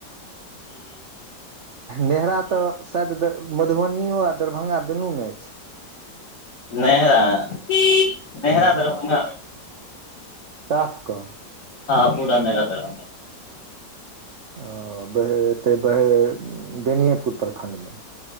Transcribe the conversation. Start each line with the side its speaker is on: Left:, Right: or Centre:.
Right: नेहरा तऽ शायद मधुबनियो आ दरभंगा दुनूमे छै
Left: नहरा नेहरा
Right: हँ
Left: दरभंगा
Right: साफ कऽ
Left: हँ बुरा नै लगल
Right: ओ बहे एतै बहे बेनिएपुर प्रखण्डमे